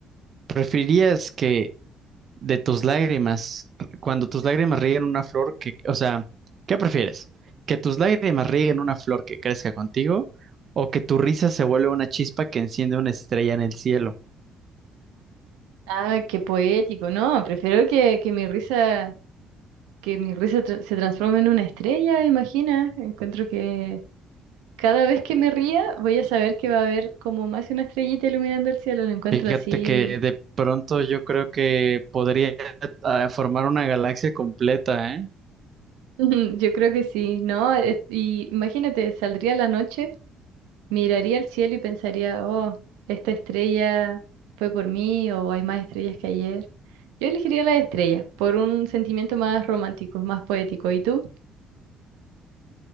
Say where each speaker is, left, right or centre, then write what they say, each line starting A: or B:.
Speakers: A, on the right; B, on the right.
A: ¿preferirías que de tus lágrimas, cuando tus lágrimas rieguen una flor que, o sea, ¿qué prefieres? ¿Que tus lágrimas rieguen una flor que crezca contigo o que tu risa se vuelva una chispa que enciende una estrella en el cielo?
B: Ah, qué poético. No, prefiero que, que mi risa, que mi risa tr- se transforme en una estrella, imagina. Encuentro que Cada vez que me ría, voy a saber que va a haber como más una estrellita iluminando el cielo. Lo encuentro
A: Fíjate
B: así.
A: que de pronto yo creo que podría ah, formar una galaxia completa, ¿eh?
B: <laughs> Yo creo que sí, ¿no? Es- Y imagínate, saldría a la noche, miraría al cielo y pensaría, oh, esta estrella fue por mí o hay más estrellas que ayer. Yo elegiría las estrellas por un sentimiento más romántico, más poético. ¿Y tú?